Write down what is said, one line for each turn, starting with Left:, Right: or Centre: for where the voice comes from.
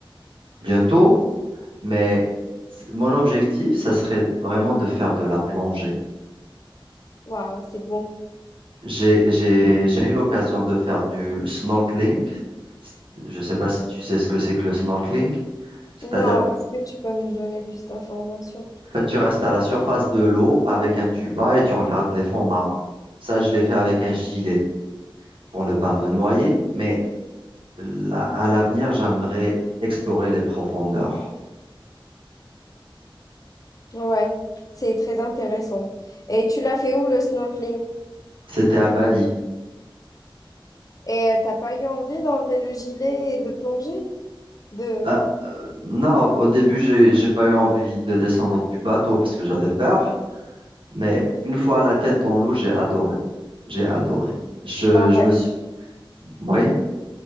Right: bientôt, mais c- mon objectif, ça serait vraiment de faire de la plongée.
Left: Waouh, c'est bon.
Right: J'ai, j'ai, j'ai eu l'occasion de faire du snorkeling. Je ne sais pas si tu sais ce que c'est que le snorkeling. C'est-à-dire
Left: Non, est-ce que tu peux me donner plus d'informations?
Right: que tu restes à la surface de l'eau avec un tuba et tu regardes les fonds marins. Ça, je l'ai fait avec un gilet pour ne pas me noyer, mais là, à l'avenir, j'aimerais explorer les profondeurs.
Left: Ouais, c'est très intéressant. Et tu l'as fait où le snorkeling?
Right: C'était à Bali.
Left: Et euh, t'as pas eu envie d'enlever le gilet et de plonger? De...
Right: Ah, euh, non, au au début, j'ai, j'ai pas eu envie de descendre du bateau parce que j'avais peur, mais une fois la tête dans l'eau, j'ai adoré. J'ai adoré. Je,
Left: Ben, on
Right: je
Left: va,
Right: me suis, oui,